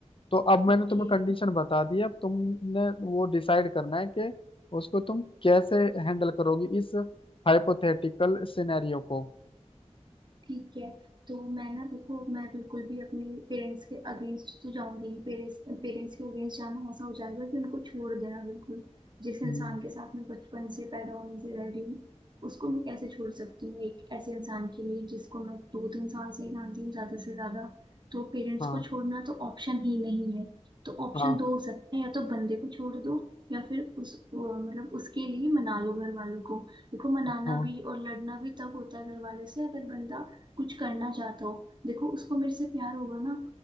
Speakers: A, on the left; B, on the right.
A: तो अब मैंने
B: ओके
A: तुम्हें कंडीशन बता दी है, अब तुमने वो डिसाइड करना है कि उसको तुम कैसे हैंडल करोगी इस हाइपोथेटिकल सिनेरियो को
B: ठीक है तो मैं ना देखो मैं बिल्कुल भी अपने पेरेंट्स के अगेंस्ट तो जाऊंगी ही। पेरेंट्स पेरेंट्स के अगेंस्ट जाना ऐसा हो जाएगा कि उनको छोड़ देना बिल्कुल जिस इंसान
A: हम्म,
B: के साथ मैं बचपन से पैदा होने से रह रही हूँ उसको मैं कैसे छोड़ सकती हूँ एक ऐसे इंसान के लिए जिसको मैं दो तीन साल से ही जानती हूँ ज्यादा से ज्यादा तो पेरेंट्स
A: हाँ
B: को छोड़ना तो ऑप्शन ही नहीं है तो ऑप्शन
A: हाँ
B: दो हो सकते हैं या तो बंदे को छोड़ दो या फिर उस वो, मतलब उसके लिए मना लो घर वालों को देखो मनाना
A: हाँ
B: भी और लड़ना भी तब होता है घर वालों से अगर बंदा कुछ करना चाहता हो देखो उसको मेरे से प्यार होगा ना